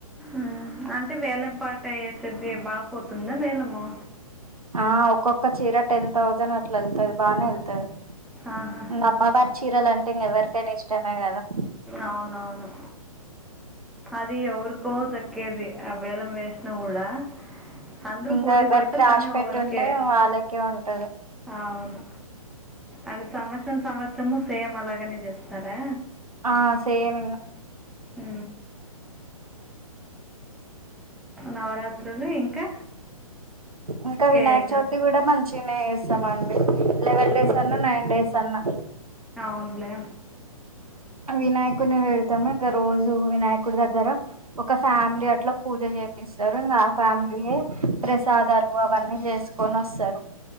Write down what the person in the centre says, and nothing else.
మ్మ్. అంటే వేలం పాట వేసేది బాగుపోతుందా వేలము
ఆహా
అవునవును అది ఎవరికో దక్కేది వేలం వేసిన కూడా అందరు
పోటీ
పడతారు
కానీ
ఓవర్కే
అవును అంటే సంవత్సరం సంవత్సరము సేమ్ అలాగనే చేస్తారా
హు నవరాత్రులు ఇంకా
ఏవి
చేస్తారు?
హ్మ్.
అవునులే